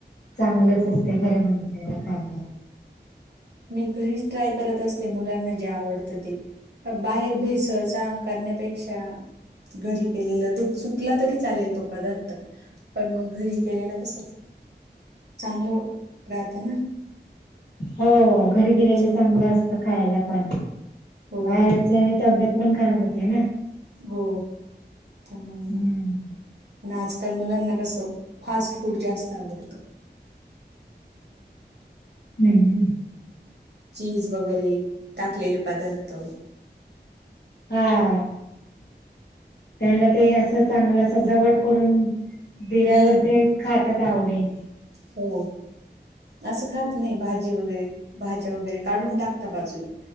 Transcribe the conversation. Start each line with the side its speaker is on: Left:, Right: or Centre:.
Left: चांगलंच
Right: हो,
Left: असते घरी बनलेला खायला
Right: मी घरीच ट्राय करत असते मुलांना जे आवडतं ते बाहेर भिसळ सहचन करण्यापेक्षा घरी केलेलं ते चुकला तरी चालेल तो पदार्थ पण मग घरी केलेलं कस चांगलं राहतं ना
Left: हो
Right: त्यामुळे
Left: घरी गेलेलं
Right: घरीच बनव
Left: चांगलं असतं खायला पण
Right: हो,
Left: बाहेरचे आणि तब्येत पण खराब होतेे ना
Right: हो त्यामुळे
Left: हम्म
Right: मग पण आजकाल मुलांना कसं फास्ट फूड जास्त आवडतं.
Left: हम्म
Right: चीज वगैरे टाकलेले पदार्थ
Left: हा आ त्यांना ते असं चांगलं सजावट करून
Right: हम्म,
Left: दिल्यावर ते खातात आवडीनी
Right: हो असं खात नाही भाजी वगैरे भाज्या वगैरे काढून टाकता बाजूला